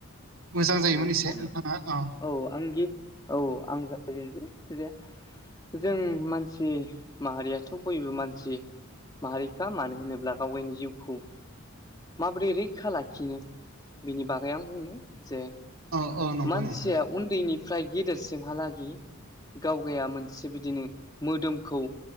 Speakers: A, on the right; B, on the left.
A: मोजां जायोमोन
B: औ
A: एसे
B: आं
A: नोंथाङा अ
B: औ आंगि औ आं जागायनोसै जे जों मानसि माहारियाथ' बयबो मानसि माहारिखा मानो होनोब्ला गावगायनि जिउखौ माबोरै रैखा लाखिनो बिनि बागै आं बुंनो जे
A: औ नंगौ
B: मानसिया
A: नोंथां
B: उन्दैनिफ्राय गेदेरसिमहालागि गावगाया मोनसे बिदिनो मोदोमखौ